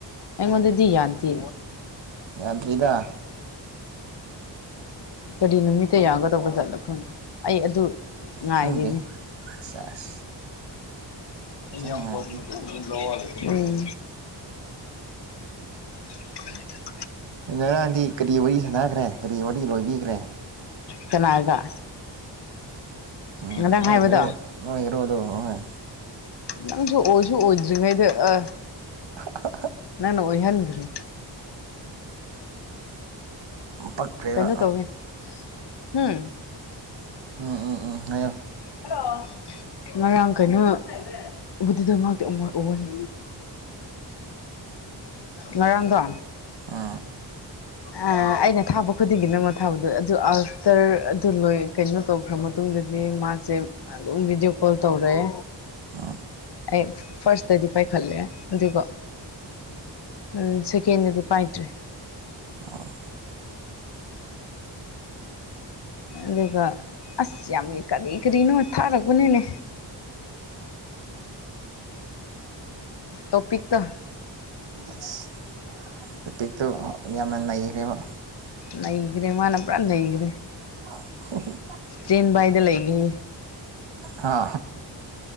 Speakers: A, on the left; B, on the right.
A: ꯑꯩꯉꯣꯟꯗꯗꯤ ꯌꯥꯝꯗꯦ
B: ꯌꯥꯗ꯭ꯔꯤꯗ
A: ꯀꯔꯤ ꯅꯨꯃꯤꯠꯇ ꯌꯥꯒꯗꯕꯖꯥꯠꯅꯣ ꯈꯪꯗꯦ ꯑꯩ ꯑꯗꯨ ꯉꯥꯏꯔꯤꯅꯦ
B: ꯈꯪꯗ꯭ꯔꯤ ꯆꯁ ꯐꯖꯅ
A: ꯎꯝ
B: ꯉꯥꯏꯕꯤꯌꯨ
A: <inaudible>
B: ꯉꯔꯥꯡꯗꯤ ꯀꯔꯤ ꯋꯥꯔꯤ ꯁꯥꯟꯅꯈ꯭ꯔꯦ ꯀꯔꯤ ꯋꯥꯔꯤ ꯂꯣꯏꯕꯤꯈ꯭ꯔꯦ
A: ꯀꯅꯥꯒ
B: ꯎꯝ
A: ꯉꯔꯥꯡ
B: ꯅꯣꯏ
A: ꯍꯥꯏꯕꯗꯣ
B: ꯍꯦꯔꯣ ꯅꯣꯏ ꯍꯦꯔꯣꯗꯣ ꯍꯣꯏ
A: ꯅꯪꯁꯨ ꯑꯣꯏꯁꯨ ꯑꯣꯏꯗ꯭ꯔꯤꯉꯩꯗ ꯑꯥ
B: <unintelligible>
A: ꯅꯪꯅ ꯑꯣꯏꯍꯟꯈꯔꯦ
B: ꯄꯛꯈ꯭ꯔꯦꯕ
A: ꯀꯩꯅꯣ ꯇꯧꯋꯦ ꯍꯨꯝ
B: ꯎꯝ ꯎꯝ ꯎꯝ ꯍꯥꯏꯌꯣ
A: ꯍꯜꯂꯣ ꯉꯔꯥꯡ ꯀꯩꯅꯣꯕꯨꯗꯨꯗ ꯉꯥꯛꯇꯥ ꯑꯣꯝꯋꯥꯠ ꯑꯣ ꯍꯥꯏ ꯉꯔꯥꯡꯗꯣ
B: ꯑꯥ
A: ꯑ ꯑꯩꯅ ꯊꯥꯕ ꯈꯨꯗꯤꯡꯒꯤ ꯅꯪꯉꯣꯟ ꯊꯥꯕꯗꯣ ꯑꯗꯨ ꯑꯞꯇꯔ ꯑꯗꯨ ꯂꯣꯏ ꯀꯩꯅꯣ ꯇꯧ ꯈ꯭ꯔꯥ ꯃꯇꯨꯡꯗꯗꯤ ꯃꯥꯁꯦ ꯑꯗꯨꯝ ꯚꯤꯗꯤꯑꯣ ꯀꯣꯜ ꯇꯧꯔꯛꯑꯦ
B: ꯑ
A: ꯑꯩ ꯐꯥꯔꯁꯇꯗꯤ ꯄꯥꯏꯈꯠꯂꯦ ꯑꯗꯨꯒ ꯑ ꯁꯦꯀꯦꯟꯗꯗꯤ ꯄꯥꯏꯗ꯭ꯔꯦ
B: ꯑ
A: ꯑꯗꯨꯒ ꯑꯁ ꯌꯥꯝꯃꯤ ꯀꯔꯤ ꯀꯔꯤꯅꯣ ꯊꯥꯔꯛꯄꯅꯤꯅꯦ ꯇꯣꯄꯤꯛ ꯇꯣ
B: ꯑꯁ ꯇꯣꯄꯤꯛꯇꯣ ꯌꯥꯝꯅ ꯅꯩꯈ꯭ꯔꯦꯕ
A: ꯅꯩꯈ꯭ꯔꯦ ꯃꯥꯅ ꯄꯨꯔꯥ ꯅꯩꯈ꯭ꯔꯦ
B: <unintelligible>
A: ꯆꯦꯟꯕꯥꯏꯗ ꯂꯩꯒꯦ ꯍꯥꯏꯌꯦ
B: ꯍꯥ